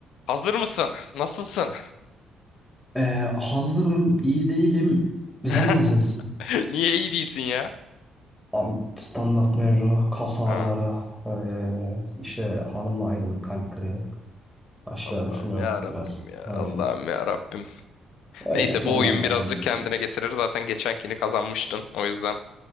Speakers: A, on the left; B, in the centre.
A: Hazır mısın? Nasılsın?
B: Ee, hazırım, iyi değilim. Sen
A: <laughs>
B: nasılsın?
A: Niye iyi değilsin ya?
B: Abi standart mevzu, kas ağrıları,
A: Ha,
B: ee, işte hanımla ayrılık, kalp kırığı. Başka
A: Allah'ım
B: düşünüyorum
A: ya Rabbim
B: biraz.
A: ya.
B: Hani
A: Allah'ım ya Rabbim.
B: öyle
A: Neyse
B: finaller
A: bu oyun
B: falan
A: birazcık
B: geliyor.
A: kendine getirir. Zaten geçenkini kazanmıştın. O yüzden